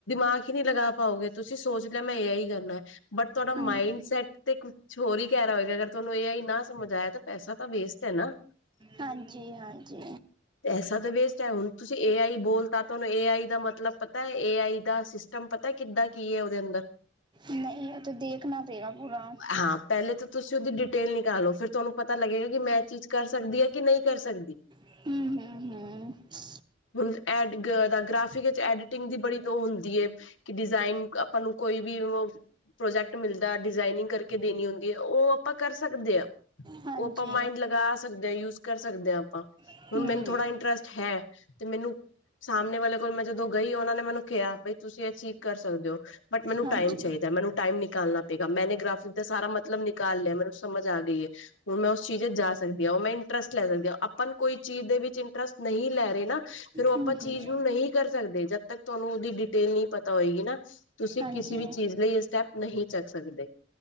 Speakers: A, on the left; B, on the right.
A: ਆਖਿਰ ਨਹੀਂ ਲਗਾ ਪਾਓਗੇ ਤੁਸੀਂ ਸੋਚ ਲਿਆ ਮੈਂ ਇਹ ਹੀ ਕਰਨਾ ਬਟ ਤੁਹਾਡਾ
B: ਹੂੰ
A: ਮਾਇੰਡ ਸੈਟ ਤੇ ਕੁਛ ਹੋਰ ਹੀ ਕਹਿ ਰਿਹਾ ਹੋਏਗਾ ਅਗਰ ਤੁਹਾਨੂੰ ਏ ਆਈ ਨਾ ਸਮਝ ਆਇਆ ਤਾਂ ਪੈਸਾ ਤਾਂ ਵੇਸਟ ਹੈ ਨਾ
B: ਹਾਂਜੀ -ਹਾਂਜੀ
A: ਪੈਸਾ ਤਾਂ ਵੇਸਟ ਹੈ ਹੁਣ ਤੁਸੀਂ ਏ ਆਈ ਬੋਲ ਤਾਂ ਤੁਹਾਨੂੰ ਏ ਆਈ ਦਾ ਮਤਲਬ ਪਤਾ ਹੈ ਏ ਆਈ ਦਾ ਸ ਟਮ ਤੁਹਾਨੂੰ ਪਤਾ ਕਿੱਦਾਂ ਕੀ ਉਹਦੇ ਅੰਦਰ
B: ਨਹੀਂ ਉਹ ਤੇ ਦੇਖਣਾ ਤੇਰਾ ਪੂਰਾ
A: ਹਾਂ ਪਹਿਲੇ ਤਾਂ ਤੁਸੀਂ ਉਹਦੀ ਡਿਟੇਲ ਨਿਕਾਲਓ ਫਿਰ ਤੁਹਾਨੂੰ ਪਤਾ ਲੱਗੇਗਾ ਕਿ ਮੈਂ ਇਹ ਚੀਜ਼ ਕਰ ਸਕਦੀ ਹ ਕਿ ਨਹੀਂ ਕਰ ਸਕਦੀ।
B: ਹੂੰ -ਹੂੰ- ਹੂੰ।
A: ਹੁਣ ਐਡ ਗ੍ਰਾਫਿਕ ਵਿੱਚ ਐਡੀਟਿੰਗ ਦੀ ਬੜੀਅ ਲੋੜ ਹੁੰਦੀ ਏ। ਕਿ ਡਿਜ਼ਾਇਨ ਆਪਾਂ ਨੂੰ ਕੋਈ ਵੀ ਉਹ ਪ੍ਰੋਜੈਕਟ ਮਿਲਦਾ ਡਿਜ਼ਾਇਨਿੰਗ ਕਰਕੇ ਦੇਣੀ ਹੁੰਦੀ ਹੈ ਉਹ ਆਪਾਂ ਕਰ ਸਕਦੇ ਆ।
B: ਹਾਂਜੀ
A: ਉਹ ਆਪਾਂ ਮਾਈੰਡ ਲਗਾ ਸਕਦੇ ਹਾਂ ਯੂਜ ਕਰ ਸਕਦੇ ਹਾਂ ਆਪਾਂ
B: ਹਮ
A: ਹੁਣ ਮੈਨੂੰ
B: ਹਮ
A: ਥੋੜ੍ਹਾ ਇੰਟਰਸਟ ਹੈ। ਤੇ ਮੈਨੂੰ ਸਾਹਮਣੇ ਵਾਲੇ ਕੋਲ ਮੈਂ ਜਦੋਂ ਗਈ ਉਹਨਾਂ ਨੇ ਮੈਨੂੰ ਕਿਹਾ ਬਈ ਤੁਸੀਂ ਅਚੀਵ ਕਰ ਸਕਦੇ ਹੋ। ਬਟ ਮੈਨੂੰ
B: ਹਾਂਜੀ
A: ਟਾਈਮ ਚਾਹੀਦਾ ਮੈਨੂੰ ਟਾਈਮ ਨਿਕਾਲਣਾ ਪਏਗਾ ਮੈ ਗ੍ਰਾਫਿਕ ਦਾ ਸਾਰਾ ਮਤਲਬ ਨਿਕਾਲ ਲਿਆ ਮੈਨੂੰ ਸਮਝ ਆ ਗਈ ਏ। ਹੁਣ ਮੈਂ ਉਸ ਚੀਜ਼ ਵਿਚ ਜਾ ਸਕਦੀ ਹਾਂ ਉਹ ਮੈਂ ਇੰਟਰਸਟ ਲੈ ਸਕਦੀ ਹਾਂ ਅਪਨ ਕੋਈ ਚੀਜ਼ ਦੇ ਵਿੱਚ ਇੰਟਰਸਟ ਨਹੀਂ ਲੈ ਰਹੇ ਨਾ ਫਿਰ ਉਹ ਆਪਾਂ
B: ਹਮ ਹਮ
A: ਚੀਜ਼ ਨੂੰ ਨਹੀਂ ਕਰ ਸਕਦੇ ਜਦ ਤਕ ਤੁਹਾਨੂੰ ਉਹਦੀ ਡਿਟੇਲ ਨਹੀਂ ਪਤਾ ਹੋਏਗੀ ਨਾ। ਤੁਸੀਂ
B: ਹਾਂਜੀ
A: ਕਿਸੇ ਵੀ ਚੀਜ਼ ਲਈ ਇਹ ਸਟੈਪ ਨਹੀਂ ਚੱਕ ਸਕਦੇ